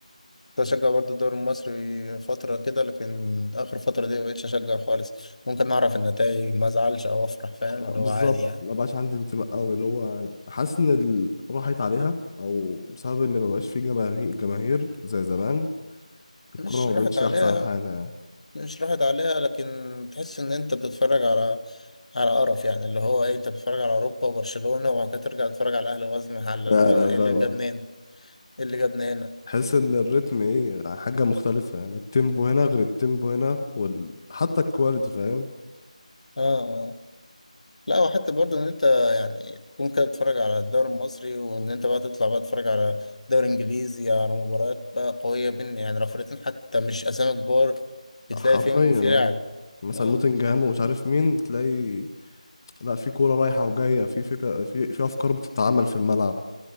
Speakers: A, on the left; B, on the left.
A: كنت بشجع برضه الدوري المصري فتره كده لكن اخر فتره دي ما بقتش اشجع خالص ممكن اعرف النتائج ما ازعلش او افرح فاهم
B: بالظبط
A: اللي هو عادي يعني
B: ما بقاش عندي انتماء قوي اللي هو يعني حاسس ان ال- راحت عليها او بسبب ان ما بقاش في جماهير جماهير زي زمان الكرة
A: مش
B: ما
A: راحت
B: بقتش
A: عليها
B: احسن حاجة يعني
A: مش راحت عليها لكن تحس ان انت بتتفرج على على قرف يعني اللي هو ايه انت بتتفرج على اوروبا وبرشلونة وبعد كده ترجع تتفرج على الاهلي وغزل المحله
B: لا
A: اللي هو
B: لا
A: انا ايه
B: فاهم
A: اللي جابني هنا ايه اللي جابني هنا
B: حس ان الريتم ايه حاجة مختلفة يعني التيمبو هنا غير التيمبو هنا وال... حتى الكواليتي فاهم
A: اه اه لا وحتى برضه ان انت يعني تكون كده بتتفرج على الدوري المصري وان انت بقى تطلع بقى تتفرج على دوري انجليزي على مباريات بقى قوية بين يعني رفرتين حتى مش اسامي كبار بتلاقي
B: حرفيا
A: فيهم في
B: اه
A: لعب
B: مثلا
A: اه
B: نوتنجهام ومش عارف مين تلاقي لا في كورة رايحة وجاية في فكرة في في افكار بتتعمل في الملعب